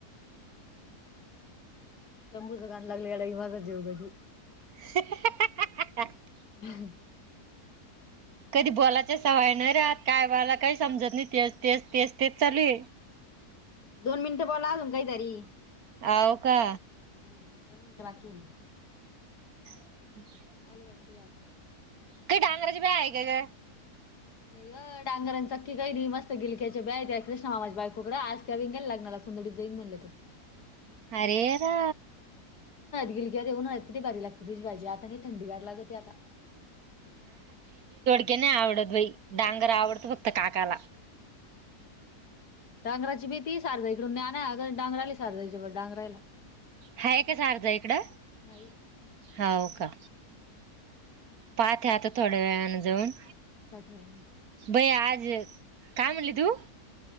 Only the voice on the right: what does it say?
<inaudible>
कधी बोलायच्या सवय नाही रे आ कायला काही समजत नाही ते तेच तेच तेच चालू
अवका
हम्
काय डांगराची ब्या आहे काय का
अरेरा
क नाही आवडत बाई डांगर आवडत फक्त काकाला
हा का सारज इकड हो
का. पाात ह आता थोड्या वेळान जाऊन.
भई आज काय म्हणली तू.